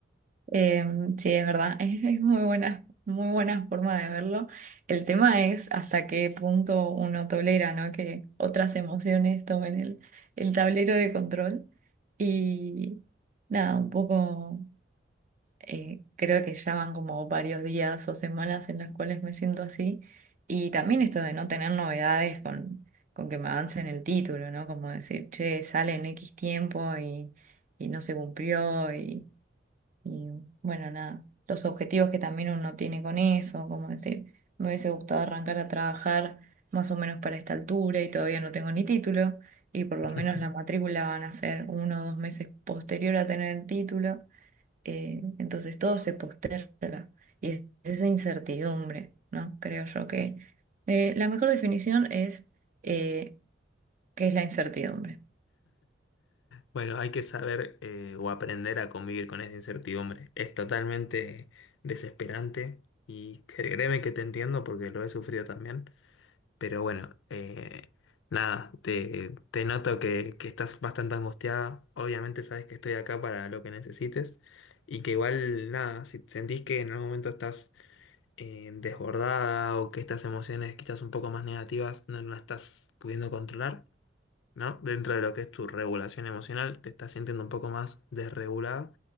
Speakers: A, on the right (about 40°); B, on the left (about 75°).
A: Eh, sí, es verdad, <laughs> es, es muy buena, muy buena forma de verlo. El tema es hasta qué punto uno tolera, ¿no? Que otras emociones tomen el, el tablero de control. Y nada, un poco, eh, creo que ya van como varios días o semanas en las cuales me siento así. Y también esto de no tener novedades con, con que me avancen el título, ¿no? Como decir, che, sale en X tiempo y, y no se cumplió y... Y bueno, nada, los objetivos que también uno tiene con eso, como decir, me hubiese gustado arrancar a trabajar más o menos para esta altura y todavía no tengo ni título, y por lo
B: <laughs>
A: menos la matrícula van a ser uno o dos meses posterior a tener el título, eh, entonces todo se posterga y es esa incertidumbre, ¿no? Creo yo que eh, la mejor definición es eh, qué es la incertidumbre.
B: Bueno, hay que saber eh, o aprender a convivir con esa incertidumbre. Es totalmente desesperante y créeme que te entiendo porque lo he sufrido también. Pero bueno, eh, nada, te, te noto que, que estás bastante angustiada. Obviamente sabes que estoy acá para lo que necesites y que igual, nada, si sentís que en algún momento estás eh, desbordada o que estas emociones quizás un poco más negativas no no las estás pudiendo controlar, ¿no? Dentro de lo que es tu regulación emocional, te estás sintiendo un poco más desregulada.